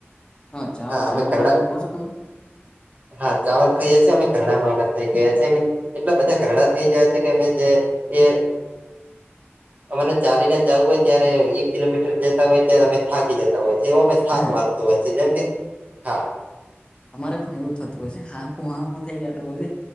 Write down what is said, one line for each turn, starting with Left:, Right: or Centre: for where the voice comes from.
Left: હા
Right: અમે
Left: ચાવલ
Right: કરડા
Left: જેમ ખો છો તમે
Right: હા ચાવલ ખાઈએ છીએ અમે ઘરડા મા થઇ ગયા છીએ અમે એટલા બધા ઘઘડા થઈ જાય છે કે અમે જે એ. અને ચાલીને જવું હોય ત્યારે એક કિલોમીટર જતા હોય ત્યારે અમે થાકી જતા હોય છે એવો અમે થાક
Left: હા
Right: લાગ તો હોય છે જેમ કે હા
Left: અમારે પણ એવું થતું હોય છે હાપું હાપું થઈ જતો હોય છે